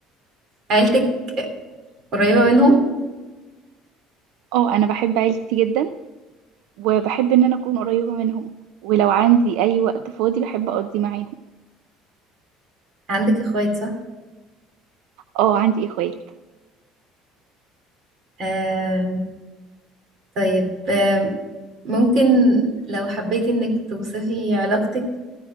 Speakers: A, on the right (about 45°); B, on the right (about 80°).
A: عيلتك قريبة منهم؟
B: اه انا بحب عيلتي جدا وبحب ان انا اكون قريبة منهم ولو عندي اي وقت فاضي بحب اقضي معاهم
A: عندك أخوات صح؟
B: اه عندي اخوات
A: آه، طيب آه، ممكن لو حبيتي إنك توصفي علاقتك